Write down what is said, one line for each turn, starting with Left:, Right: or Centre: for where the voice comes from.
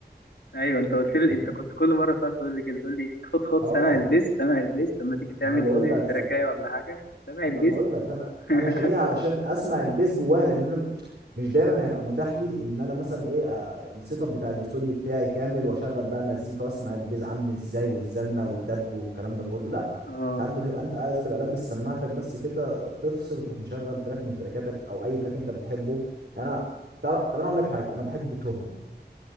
Left: ايوه انت قلت لي
Right: فاهمني؟
Left: انت كنت كل مره بتقعد تقول لي كده تقول لي خد خد
Right: اه
Left: سامع البيز سامع البيز لما تيجي تعمل
Right: انا بقول لك
Left: تراكايه ولا حاجه سامع
Right: ما
Left: البيز
Right: انا بقول لك انا
Left: <laughs>
Right: انا شاريها علشان اسمع البيس جواها لان انا م- مش دايما هيبقى متاح لي ان انا مثلا ايه آه، السيت اب بتاع الاستوديو بتاعي كامل واشغل بقى مزيكا واسمع البيز عامل ازاي والزنه والدب والكلام ده كله لا
Left: اه
Right: ساعات بتبقى انت عايز تبقى لابس سماعتك بس كده تفصل وتروح مشغل تراك من تراكاتك او اي تراك انت بتحبه يعني انا تعرف طب انا اقول لك حاجه انا بحب بيتهوفن